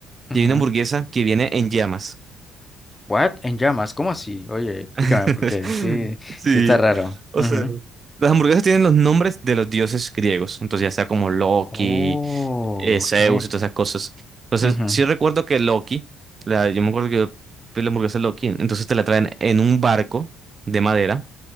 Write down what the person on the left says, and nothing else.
ujú,
ujú.
What? En llamas, ¿cómo así? Oye, explícame
porque sí,
sí está raro.
Ujú.
Oh,
ok.
Ujú,